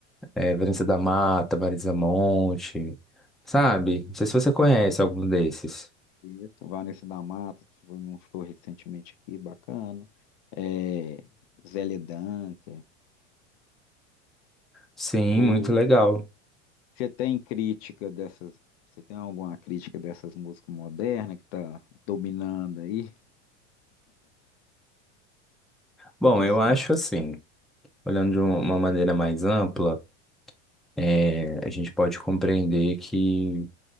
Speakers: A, in the centre; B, on the left (about 60°).
A: é, Vanessa da Mata, Marisa Monte, sabe? Não sei se você conhece algum desses.
B: Quinteto, Vanessa da Mata, que foi num show recentemente aqui, bacana. É, Zélia Duncan.
A: Sim,
B: O,
A: muito legal.
B: você tem crítica dessas? Você tem alguma crítica dessas músicas modernas que tá dominando aí?
A: Bom,
B: Essa,
A: eu acho assim. Olhando de um- uma maneira mais ampla, é, a gente pode compreender que